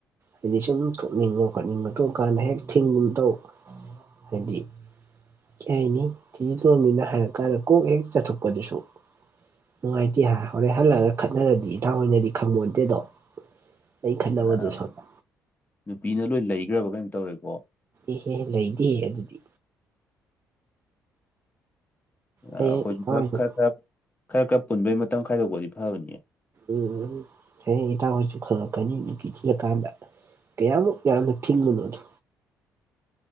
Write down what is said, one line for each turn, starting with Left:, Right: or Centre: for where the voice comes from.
Right: ꯍꯥꯏꯗꯤ ꯁꯨꯝ ꯊꯣꯛꯅꯤꯡꯕ ꯈꯣꯠꯅꯤꯡꯕ ꯇꯧ ꯀꯥꯟꯗ ꯍꯦꯛ ꯊꯤꯡꯒꯨꯝ ꯇꯧ ꯍꯥꯏꯗꯤ ꯀꯩ ꯍꯥꯏꯅꯤ ꯊꯤꯖꯤꯜꯂꯨꯔꯝꯅꯤꯅ ꯍꯥꯏꯔꯛ ꯀꯥꯟꯗ ꯀꯣꯛ ꯍꯦꯛ ꯆꯠꯊꯣꯛꯄꯗꯨꯁꯨ ꯅꯨꯡꯉꯥꯏꯇꯦ ꯍꯥ ꯍꯣꯔꯦꯟ ꯍꯜꯂꯒ ꯈꯠꯅꯔꯗꯤ ꯏꯇꯥꯎ ꯍꯣꯏꯅꯗꯤ ꯈꯪꯕꯣꯟꯇꯦꯗꯣ ꯑꯩ ꯈꯠꯅꯕꯗꯨ
Left: ꯑ,
Right: ꯁꯣꯝꯗ꯫
Left: ꯅꯨꯄꯤꯅ ꯂꯣꯏ ꯂꯩꯒ꯭ꯔꯕ ꯀꯩꯅꯣꯝ ꯇꯧꯔꯦꯀꯣ
Right: ꯏꯍꯦ! ꯂꯩꯗꯦꯍꯦ ꯑꯗꯨꯗꯤ꯫ ꯍꯌꯦꯡ
Left: ꯑꯩꯈꯣꯏꯁꯨ
Right: ꯏꯇꯥꯎ
Left: ꯈꯔ
Right: ꯍꯣꯏꯁꯨ
Left: ꯈꯔ ꯈꯔ ꯈꯔ ꯄꯨꯟꯕꯩ ꯃꯇꯝ ꯈꯥꯏꯗꯣꯛꯄꯗꯤ ꯐꯕꯅꯤꯌꯦ꯫
Right: ꯎꯝ ꯍꯌꯦꯡ ꯏꯇꯥꯎ ꯍꯣꯏꯁꯨ ꯈꯪꯉꯛꯀꯅꯤ ꯅꯨꯄꯤ ꯊꯤꯔꯀꯥꯟꯗ꯫ ꯀꯌꯥꯃꯨꯛ ꯌꯥꯝꯅ ꯊꯤꯡꯕꯅꯣꯗꯣ꯫